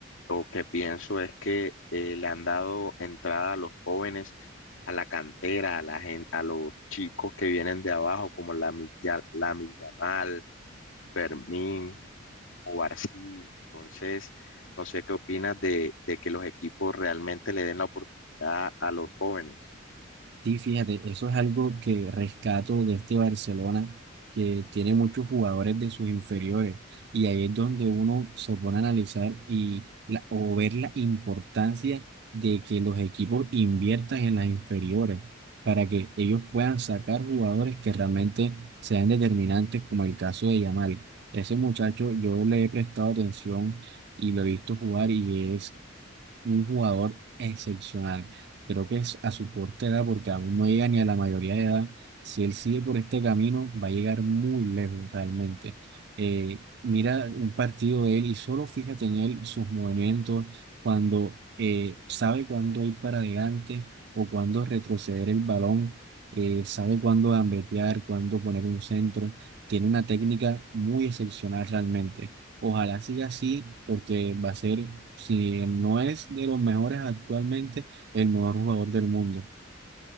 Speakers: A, on the left; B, on the right.
A: o que pienso es que eh, le han dado entrada a los jóvenes, a la cantera, a la gen- a los chicos que vienen de abajo, como la Yamal, Fermín, o Barsi. Entonces, no sé qué opinas de, de que los equipos realmente le den la oportunidad a los jóvenes.
B: Sí, fíjate, eso es algo que rescato de este Barcelona, que tiene muchos jugadores de sus inferiores, y ahí es donde uno se pone a analizar y la- o ver la importancia de que los equipos inviertan en las inferiores para que ellos puedan sacar jugadores que realmente sean determinantes, como el caso de Yamal. Ese muchacho, yo le he prestado atención y lo he visto jugar y un jugador excepcional. Creo que es a su corta edad, porque aún no llega ni a la mayoría de edad. Si él sigue por este camino, va a llegar muy lejos realmente. Eh, mira un partido de él y solo fíjate en él sus movimientos, cuando eh, sabe cuándo ir para adelante o cuándo retroceder el balón, eh, sabe cuándo gambetear, cuándo poner un centro. Tiene una técnica muy excepcional realmente. Ojalá siga así, porque va a ser, si no es de los mejores actualmente, el mejor jugador del mundo.